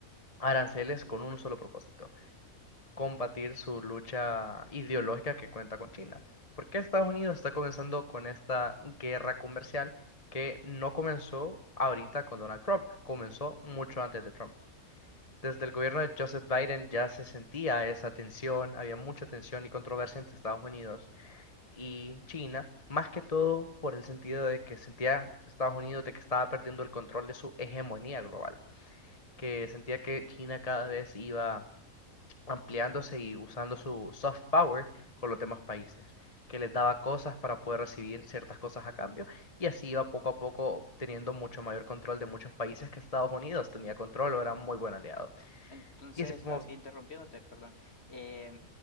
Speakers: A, on the left (about 25°); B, on the left (about 45°).
A: aranceles con un solo propósito, combatir su lucha ideológica que cuenta con China. ¿Por qué Estados Unidos está comenzando con esta guerra comercial que no comenzó ahorita con Donald Trump, comenzó mucho antes de Trump? Desde el gobierno de Joseph Biden ya se sentía esa tensión, había mucha tensión y controversia entre Estados Unidos y China, más que todo por el sentido de que sentía Estados Unidos de que estaba perdiendo el control de su hegemonía global, que sentía que China cada vez iba ampliándose y usando su soft power con los demás países, que les daba cosas para poder recibir ciertas cosas a cambio y así iba poco a poco teniendo mucho mayor control de muchos países que Estados Unidos tenía control o era muy buen aliado.
B: Entonces,
A: Y así podemos
B: así interrumpiéndote, perdón. Eh,